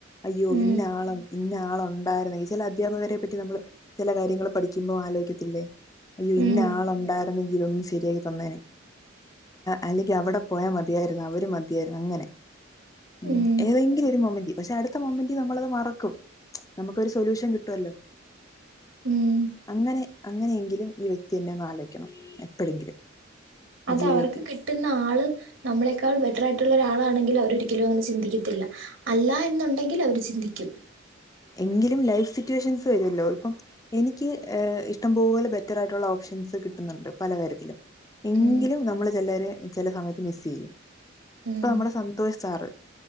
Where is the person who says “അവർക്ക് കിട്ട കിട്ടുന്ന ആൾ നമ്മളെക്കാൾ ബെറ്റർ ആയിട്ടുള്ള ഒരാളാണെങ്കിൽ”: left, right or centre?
Right